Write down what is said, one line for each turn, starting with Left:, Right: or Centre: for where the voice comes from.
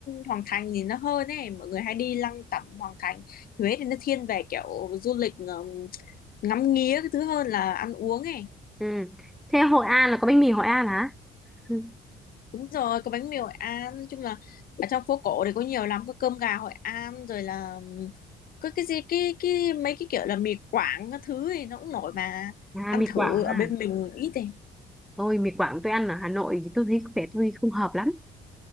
Left: Hoàng Thành thì nó hơn ấy mọi người hay đi lăng tẩm Hoàng Thành Huế thì nó thiên về kiểu du lịch um, ngắm nghía cái thứ hơn là ăn uống ấy
Centre: Ừ. Thế Hội An là có bánh mì Hội An hả? Ừ.
Left: Đúng rồi, có bánh mì Hội An, nói chung là ở trong phố cổ thì có nhiều lắm, có cơm gà Hội An rồi là ừm, có cái gì cái cái mấy cái kiểu là mì Quảng các thứ thì nó cũng nổi mà.
Centre: À
Left: Ăn
Centre: mì
Left: thử
Centre: Quảng
Left: ở
Centre: à.
Left: bên mình ít thì.
Centre: Ôi mì Quảng tôi ăn ở Hà Nội thì tôi thấy có vẻ tôi không hợp lắm.